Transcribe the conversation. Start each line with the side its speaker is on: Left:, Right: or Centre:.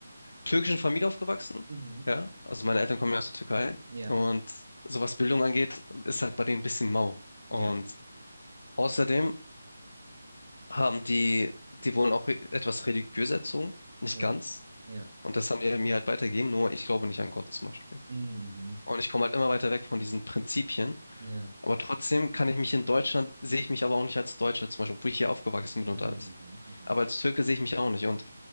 Left: türkischen Familie aufgewachsen.
Right: mhm,
Left: Ja, also meine Eltern kommen ja aus der Türkei.
Right: ja,
Left: Und so was Bildung angeht, ist halt bei denen ein bisschen mau.
Right: ja,
Left: Und außerdem haben die, die wurden auch re- etwas religiös erzogen, nicht
Right: ja,
Left: ganz.
Right: ja.
Left: Und das haben die mir halt weitergegeben, nur ich glaube nicht an Gott zum Beispiel.
Right: Mhm.
Left: Und ich komme halt immer weiter weg von diesen Prinzipien.
Right: Ja.
Left: Aber trotzdem kann ich mich in Deutschland, sehe ich mich aber auch nicht als Deutscher, zum Beispiel, obwohl ich hier aufgewachsen bin
Right: Mhm.
Left: und alles.
Right: Mhm.
Left: Aber als Türke sehe ich mich auch nicht. Und